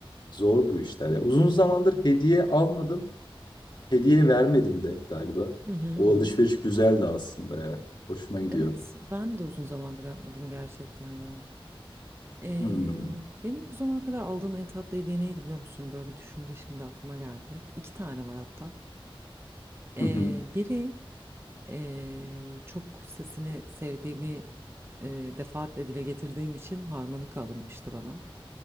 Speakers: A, on the left (about 50°); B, on the right (about 25°).
A: zor bu işler ya. Uzun zamandır hediye almadım. Hediye vermedim de galiba.
B: Hı hı. hı
A: O
B: hı.
A: alışveriş güzeldi aslında ya. Hoşuma gidiyor.
B: Evet, ben de uzun zamandır yapmadım gerçekten ya. Ee,
A: Hmm.
B: benim bu zamana kadar aldığım en tatlı hediye neydi biliyor musun? Böyle bir düşünce şimdi aklıma geldi. İki tane var hatta. Ee,
A: <laughs>
B: biri ee, çok sesini sevdiğimi ee, defaatle dile getirdiğim için harmonika alınmıştı bana.